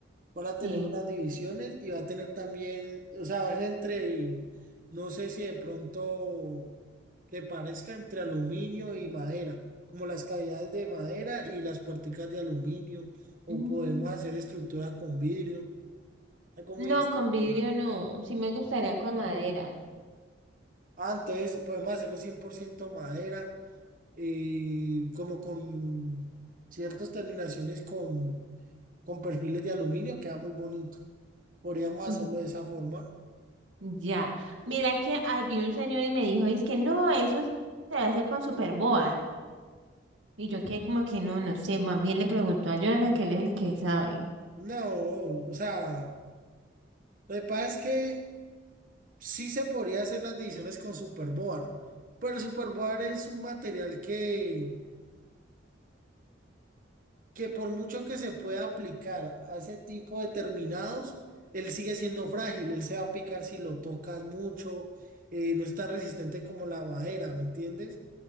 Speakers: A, on the right (about 45°); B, on the right (about 85°).
A: van a tener
B: Sí.
A: unas divisiones y va a tener también, o sea, va a ser entre, no sé si de pronto que parezca entre aluminio y madera, como las cavidades de madera y las puerticas de aluminio, o
B: Mm,
A: podemos hacer estructura con vidrio, algo
B: No,
A: muy... estricto.
B: con vidrio no. Sí me gustaría con madera.
A: Ah, entonces podemos hacerlo 100% madera eh, como con ciertas terminaciones con, con perfiles de aluminio, queda muy bonito. Podríamos hacerlo
B: Mm,
A: de esa forma.
B: Ya. Mira que había un señor y me dijo, es que no, eso se hace con superboard. Y yo que como que no, no sé. Más bien le preguntó a Jonathan que él es el que sabe.
A: No, o sea, lo que pasa es que sí se podría hacer las divisiones con Superboard, pero el Superboard es un material que, que por mucho que se pueda aplicar a ese tipo de terminados, él sigue siendo frágil, él se va a picar si lo tocas mucho, eh, no es tan resistente como la madera, ¿me entiendes?